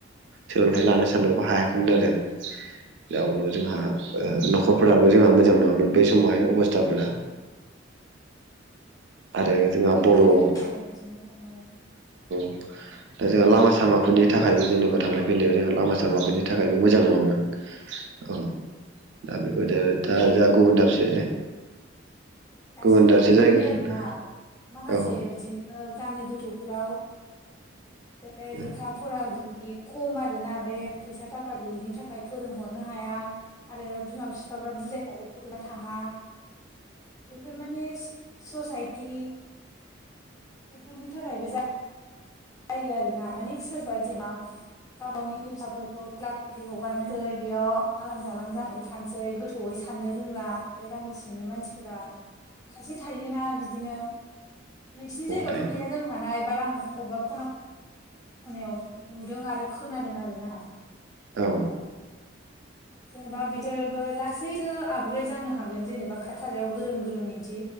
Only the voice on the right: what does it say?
सोलोंथाइ लानो सानबाबो हायाखैमोन आरो। बेयावनो जोंहा ओ न'खरफोराबो जोंहा मोजां नङामोन बै समावहाय अबस्थाफोरा आरो जोंहा
बर'औ
<inaudible> दा जोंहा लामा-सामाफोरनि थाखायबो जेनेबा थांलाय-फैलायाव जोंहा लामा-सामाफोरनि थाखायबो मोजां
नङामोन। औ दा बेबायदि आरो
दा जोंहा गुबुन दाबसे
गुबुन दाबसे
जायगाजोंनो
औ
औ
थायो
औ।